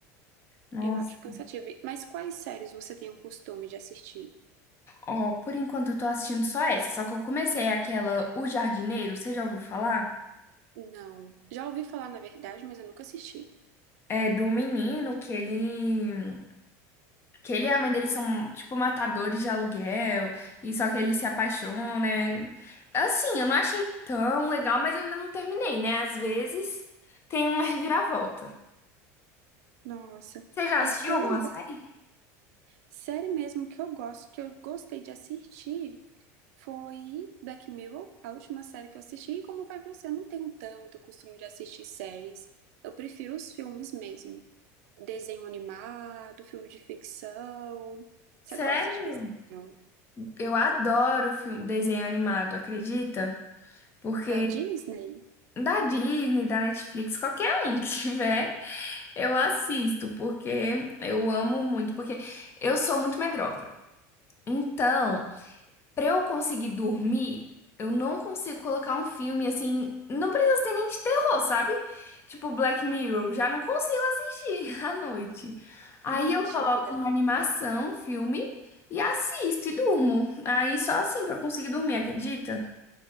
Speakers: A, on the left (about 30°); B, on the right (about 75°).
A: Nossa.
B: Eu acho cansativo. Mas quais séries você tem o costume de assistir?
A: Ó, por enquanto eu tô assistindo só essa, só que eu comecei aquela O Jardineiro, você já ouviu falar?
B: Não. Já ouvi falar, na verdade, mas eu nunca assisti.
A: É do menino que ele Que ele e a mãe dele são, tipo, matadores de aluguel, e só que ele se apaixona. né? Assim, eu não achei tão legal, mas eu ainda não terminei, né? Às vezes tem uma reviravolta.
B: Nossa.
A: Você já assistiu
B: É, eu
A: alguma
B: não
A: série?
B: Série mesmo que eu gosto, que eu gostei de assistir, foi Black Mirror, a última série que eu assisti. E como vai pra você, eu não tenho tanto costume de assistir séries. Eu prefiro os filmes mesmo. Desenho animado, filme de ficção. Você gosta
A: Sério?
B: de desenho?
A: Eu adoro filme, desenho animado, acredita? Porque
B: Da Disney?
A: da Disney, da Netflix, qualquer um que <laughs> tiver, eu assisto, porque eu amo muito, porque eu sou muito medrosa. Então, Pra eu conseguir dormir, eu não consigo colocar um filme assim. Não precisa ser nem de terror, sabe? Tipo Black Mirror, já não consigo assistir <laughs> à noite. Aí
B: Mentira.
A: eu coloco uma animação, um filme, e assisto e durmo. Aí só assim pra eu conseguir dormir, acredita?